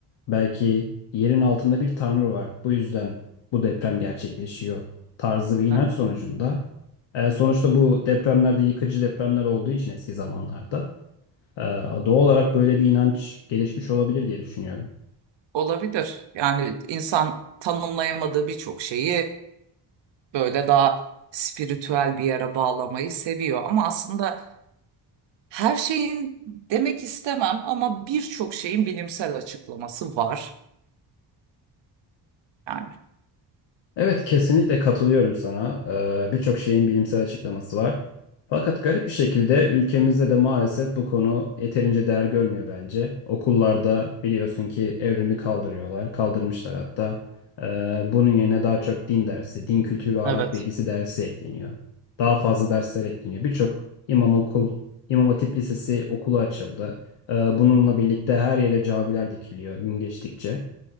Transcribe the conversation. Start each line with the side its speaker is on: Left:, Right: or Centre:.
Left: Belki yerin altında bir tanrı var. Bu yüzden bu deprem gerçekleşiyor tarzı bir inanç
Right: Hı,
Left: sonucunda. E, sonuçta bu depremlerde yıkıcı depremler olduğu için eski zamanlarda e, doğal olarak böyle bir inanç gelişmiş olabilir diye düşünüyorum.
Right: Olabilir. Yani insan tanımlayamadığı birçok şeyi böyle daha spiritüel bir yere bağlamayı seviyor. Ama aslında Her şeyin demek istemem ama birçok şeyin bilimsel açıklaması var yani.
Left: Evet kesinlikle katılıyorum sana. Ee, birçok şeyin bilimsel açıklaması var. Fakat garip bir şekilde ülkemizde de maalesef bu konu yeterince değer görmüyor bence. Okullarda biliyorsun ki evrimi kaldırıyorlar, kaldırmışlar hatta. Ee, bunun yerine daha çok din dersi, din kültürü ve ahlak
Right: Evet.
Left: bilgisi dersi ekleniyor. Daha fazla dersler ekleniyor. Birçok imam okul, İmam Hatip Lisesi okulu açıldı. Ee, bununla birlikte her yere camiler dikiliyor gün geçtikçe.